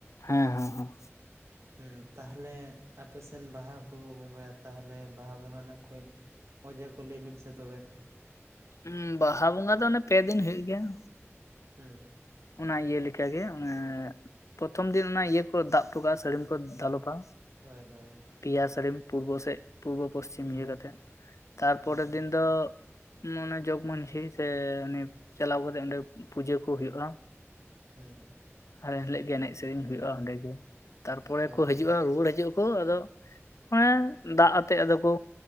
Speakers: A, on the left (about 85°); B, on the right (about 70°).
A: ᱦᱮᱸ ᱦᱮᱸ ᱦᱮᱸ
B: <inaudible> ᱦᱩᱸ ᱛᱟᱦᱚᱞᱮ ᱟᱯᱮ ᱥᱮᱱ ᱵᱟᱦᱟ ᱠᱚ ᱵᱚᱸᱜᱟᱭᱟ ᱛᱟᱦᱚᱞᱮ ᱵᱟᱦᱟ ᱵᱚᱸᱜᱟ ᱨᱮᱱᱟᱜ ᱠᱚᱭᱮᱠ ᱢᱚᱡᱟ ᱠᱚ ᱞᱟᱹᱭ ᱵᱮᱱ ᱥᱮ ᱛᱚᱵᱮ
A: ᱩᱸ ᱵᱟᱦᱟ ᱵᱚᱸᱜᱟ ᱫᱚ ᱚᱱᱮ ᱯᱮ ᱫᱤᱱ ᱦᱩᱭᱩᱜ ᱜᱮᱭᱟ᱾
B: ᱦᱩᱸ
A: ᱚᱱᱟ ᱤᱭᱟᱹ ᱞᱮᱠᱟ ᱜᱮ ᱚᱱᱮ ᱯᱨᱚᱛᱷᱚᱢ ᱫᱤᱱ ᱚᱱᱟ ᱤᱭᱟᱹ ᱠᱚ ᱫᱟᱵ ᱴᱚ ᱠᱟᱜ-ᱟ ᱥᱟᱹᱲᱤᱢ ᱠᱚ ᱫᱟᱞᱚᱵᱟ
B: ᱦᱳᱭ ᱦᱳᱭ
A: ᱯᱮᱭᱟ ᱥᱟᱹᱲᱤᱢ ᱯᱩᱨᱵᱚ ᱥᱮᱫ ᱯᱩᱨᱵᱚ ᱯᱚᱪᱷᱤᱢ
B: ᱦᱮᱸ
A: ᱤᱭᱟᱹ ᱠᱟᱛᱮᱫ ᱛᱟᱨᱯᱚᱨᱮᱨ
B: ᱦᱮᱸ
A: ᱫᱤᱱ ᱫᱚ ᱢᱚᱱᱮ ᱡᱚᱜᱽ ᱢᱚᱱᱥᱤ ᱥᱮ ᱩᱱᱤ ᱪᱟᱞᱟᱣ ᱠᱟᱛᱮᱜ ᱚᱸᱰᱮ ᱯᱩᱡᱟᱹ ᱠᱚ ᱦᱩᱭᱩᱜᱼᱟ᱾
B: ᱦᱩᱸ
A: ᱮᱞ ᱮᱱ ᱦᱤᱞᱳᱜ ᱜᱮ ᱮᱱᱮᱡ ᱥᱮᱨᱮᱧ ᱦᱩᱭᱩᱜᱼᱟ ᱚᱸᱰᱮ ᱜᱮ ᱛᱟᱨᱯᱚᱨᱮ
B: ᱦᱳᱭ
A: ᱠᱚ ᱦᱤᱡᱩᱜᱼᱟ
B: ᱦᱳᱭ
A: ᱨᱩᱣᱟᱹᱲ ᱦᱤᱡᱩᱜᱼᱟ᱾ ᱠᱚ ᱟᱫᱚ ᱟᱱᱮ ᱫᱟᱜ ᱟᱛᱮᱜ ᱟᱫᱚ ᱠᱚ